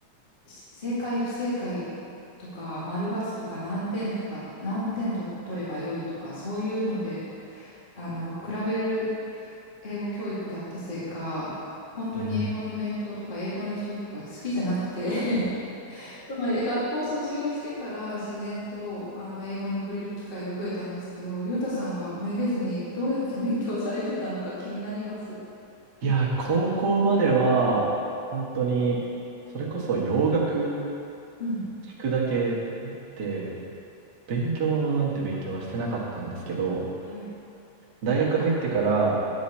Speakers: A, on the left (about 20°); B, on the right (about 45°).
A: う、し正解不正解、とか、丸×とか何点とか、何点と取れば良いとか、そういうのであの、比べる英語教育だったせいか、本当に英語の勉強とか英語の授業が好きじゃなくて
B: うん。
A: <laughs> そのえ学校を卒業してから自然とあの英語に触れる機会が増えたんですけど、ゆうたさんはめげずにどうやって勉強されてたのか気になります。
B: いや、高校までは、本当に、それこそ洋楽
A: うん。
B: 聞くだけで、勉強なんて勉強はしてなかったんですけど、
A: はい。
B: 大学入ってから、